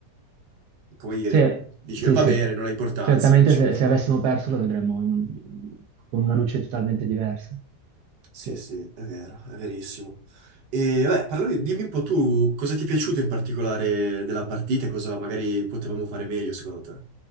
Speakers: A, on the right; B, on the right.
A: come dire,
B: Sì,
A: dici,
B: sì,
A: "Ah, va
B: sì.
A: bene, non ha importanza,
B: Certamente
A: eccetera.
B: se, se avessimo perso lo vedremmo in un- con una luce totalmente diversa.
A: Sì,
B: Sì.
A: sì, è vero, è verissimo. E beh, parlami, dimmi un po' tu cosa ti è piaciuto in particolare della partita e cosa magari potevamo fare meglio secondo te.